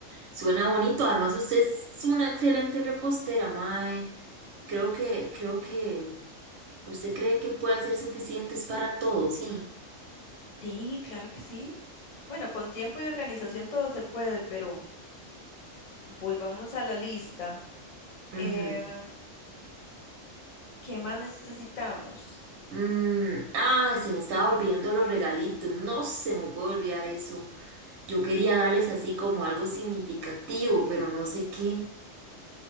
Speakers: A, on the right (about 65°); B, on the left (about 40°).
A: Suena bonito. Además, usted es una excelente repostera, mae. Creo que, creo que usted cree que puede hacer suficientes para todos, sí.
B: Sí, claro que sí. Bueno, con tiempo y organización todo se puede, pero volvamos a la lista. Em,
A: Ujú.
B: ¿qué más necesitamos?
A: Mm, ah, se me estaba olvidando los regalitos. No se me puede olvidar eso. Yo quería darles así como algo significativo, pero no sé qué.